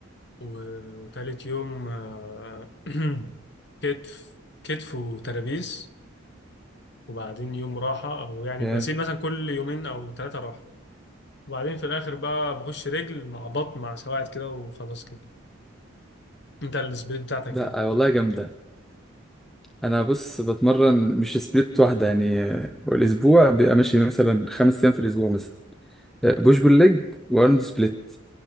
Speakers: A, on the left; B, in the centre.
A: و- وتالت يوم آه، <clears throat> كتف كتف وترابيز وبعدين يوم راحة أو يعني
B: جامد
A: بسيب مثلا كل يومين أو ثلاثة راحة وبعدين في الآخر بقى بخش رجل مع بطن مع سواعد كده وخلاص كده أنت السبيد بتاعتك
B: لا
A: إيه؟
B: والله جامده انا بص بتمرن مش سبليت واحده يعني آه، الاسبوع بيبقى ماشي مثلا خمس ايام في الاسبوع مثلا آه، بوش بول ليج وارنولد سبليت